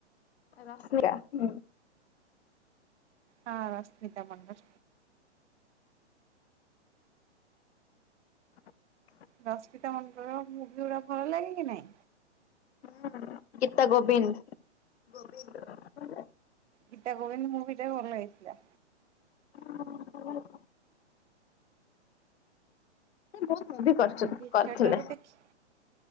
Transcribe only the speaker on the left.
ଏ ରସ୍ମିକା ହୁଁ।
ହ <inaudible>
ହୁଁ ଗିତ ଗୋବିନ୍ଦ ଗୋବିନ୍ଦ।
ହଁ ଭଲ ହେଇଥିଲା। ସେ ବହୁତ ମୁଭି କରିଛନ୍ତି
କରିଥିଲେ।